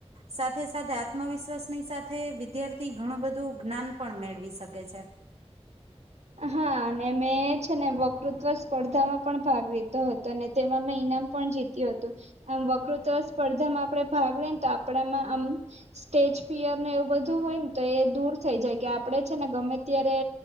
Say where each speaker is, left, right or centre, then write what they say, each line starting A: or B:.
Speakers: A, on the right; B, on the right.
A: સાથે સાથે આત્મવિશ્વાસની સાથે વિદ્યાર્થી ઘણું બધું જ્ઞાન પણ મેળવી શકે છે.
B: હા અને મેં છે ને વકૃત્વ સ્પર્ધામાં પણ ભાગ લીતો હતો અને તેમાં મેં ઈનામ પણ જીત્યું હતું આમ વકૃત્વ સ્પર્ધામાં આપણે ભાગ લઈને તો આપણામાં આમ સ્ટેજ ફિયરને એવું બધું હોય ને તો એ દૂર થઈ જાય કે આપડે છે ને ગમે ત્યારે